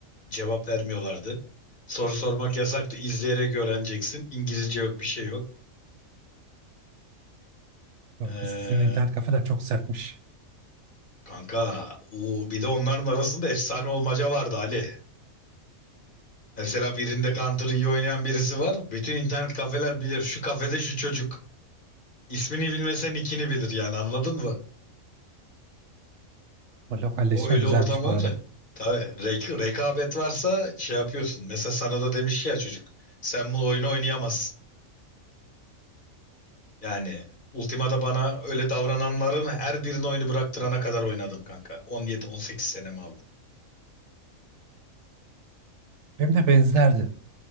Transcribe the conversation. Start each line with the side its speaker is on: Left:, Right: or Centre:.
Left: Cevap vermiyorlardı. Soru sormak yasaktı. İzleyerek öğreneceksin. İngilizce yok, bir şey yok.
Right: Yok,
Left: Ee,
Right: sizin internet kafeler çok sertmiş.
Left: kanka, uu, bir de onların arasında efsane olmaca vardı Ali. Mesela birinde Counter iyi oynayan birisi var. Bütün internet kafeler bilir. Şu kafede şu çocuk. İsmini bilmesen ikini bilir yani anladın mı?
Right: O lokalleşme
Left: O öyle
Right: güzelmiş
Left: ortam
Right: bu
Left: olunca.
Right: arada.
Left: Tabii rek rekabet varsa şey yapıyorsun. Mesela sana da demiş ya çocuk. Sen bu oyunu oynayamazsın. Yani Ultima'da bana öyle davrananların her birinin oyunu bıraktırana kadar oynadım kanka. 17-18 senemi aldı.
Right: Benim de benzerdi.